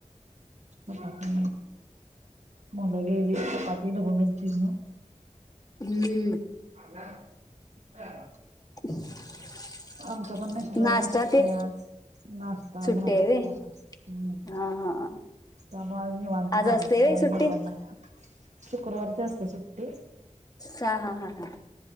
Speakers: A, on the right; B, on the left.
A: चपाती, मुलगी गेली चपाती बगुन.
B: हम्म
A: आला, हा
B: <inaudible>
A: आमच्या पण मिस्टरांना
B: नाश्ता
A: सुट्टी
B: ते
A: आज. नाश्ता
B: सुट्टी
A: झाला,
B: आहे व्हय
A: हम्म
B: हा हा
A: त्यामुळ आज निवांत
B: आज
A: कामाच
B: असते व्हय
A: काय
B: सुट्टी
A: गडबड नाय. शुक्रवारची असतीया सुट्टी.
B: ह हा हा हा